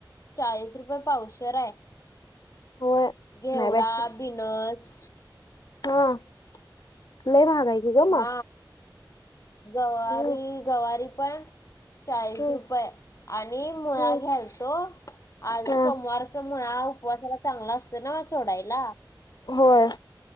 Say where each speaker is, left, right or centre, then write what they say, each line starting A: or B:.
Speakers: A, on the left; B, on the left.
A: चाळीस रुपये पावशर आहे.
B: होय
A: घेवडा,
B: नाही बाई
A: बिनस
B: हा, लई महाग आहे की ग
A: हा,
B: मग
A: गवारी,
B: हम्म
A: गवारी पण- चाळीस
B: हम्म
A: रुपये, आणि मुळा
B: हम्म
A: घ्यालतो, आज
B: हा
A: सोमवार- च मुळा उपवासाला चांगला असतो न्हव सोडायला.
B: होय